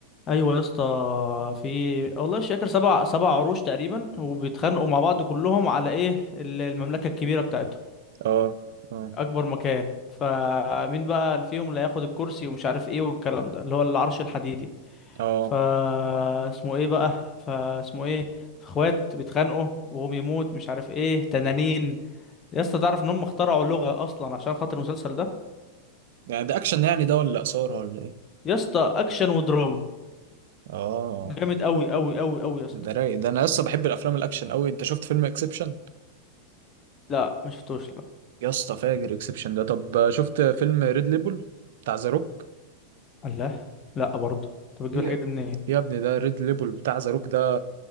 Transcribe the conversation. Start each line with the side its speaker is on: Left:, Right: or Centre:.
Left: ايوه يا اسطى في والله مش فاكر سبع سبع عروش تقريبا وبيتخانقوا مع بعض كلهم على ايه ال- المملكة الكبيرة بتاعتهم
Right: اه اه
Left: اكبر مكان فمين بقى اللي فيهم اللي هياخد الكرسي ومش عارف ايه والكلام ده اللي هو العرش الحديدي
Right: اه
Left: فا اسمه ايه بقى فاسمه ايه اخوات بيتخانقوا وهم يموت مش عارف ايه تنانين يا اسطى تعرف ان هم اخترعوا لغة اصلا عشان خاطر المسلسل ده
Right: يعني ده اكشن يعني ده ولا اثاره ولا ايه
Left: يا اسطى اكشن ودراما
Right: اه
Left: جامد قوي قوي قوي قوي يا اسطى
Right: ده رايق ده انا لسه بحب الافلام الاكشن قوي انت شفت فيلم اكسبشن
Left: لا ما شفتوش لا
Right: يا اسطى فاجر اكسبشن ده طب شفت فيلم ريد ليبل بتاع ذا روك؟
Left: الله لا برضه انت بتجيب
Right: إيه
Left: الحاجات
Right: يا
Left: دي منين
Right: يا ابني ده ريد ليبل بتاع زاروك ده